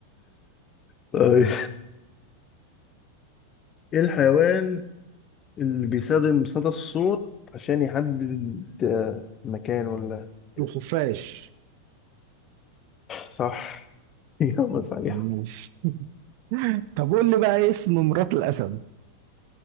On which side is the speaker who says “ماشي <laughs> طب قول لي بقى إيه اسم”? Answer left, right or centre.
Right